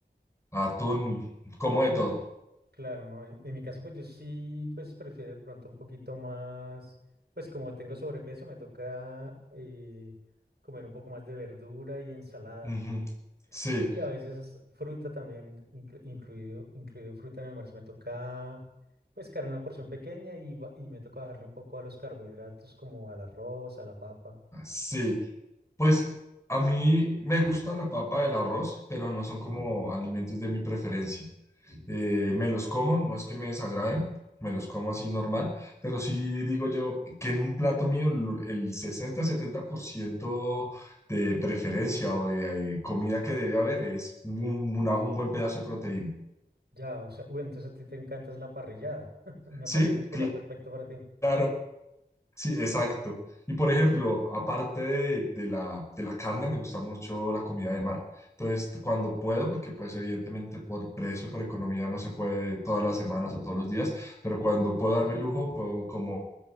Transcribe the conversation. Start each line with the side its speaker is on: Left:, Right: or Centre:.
Left: atún, como de todo.
Right: Claro, no, en, en mi caso pues yo sí pues prefiero de pronto un poquito más, pues como tengo sobrepeso me toca eh, comer un poco más de verdura y ensalada
Left: Ujú. Sí,
Right: y a veces hasta fruta también, inclu- incluido, incluido fruta en el almuerzo, me toca pues carne una porción pequeña y, ba- y me toca bajarle un poco a los carbohidratos como al arroz, a la papa
Left: Ah, Sí, pues a mí me gusta la papa, el arroz, pero no son como alimentos de mi preferencia. Eh, me los como, no es que me desagraden, me los como así normal, pero sí digo yo que en un plato mío lo- el sesenta-setenta por ciento de preferencia o de eh, comida que debe haber es un, una- un buen pedazo de proteína.
Right: Ya, o sea, uy, entonces a ti te encanta es la parrillada. <laughs> Una
Left: Sí,
Right: parrilla sería
Left: cl-
Right: perfecto para ti.
Left: claro. Sí, exacto. Y por ejemplo, aparte de, de la, de la carne, me gusta mucho la comida de mar. Entonces, cuando puedo, porque pues evidentemente por precio, por economía, no se puede todas las semanas o todos los días, pero cuando puedo darme el lujo, puedo como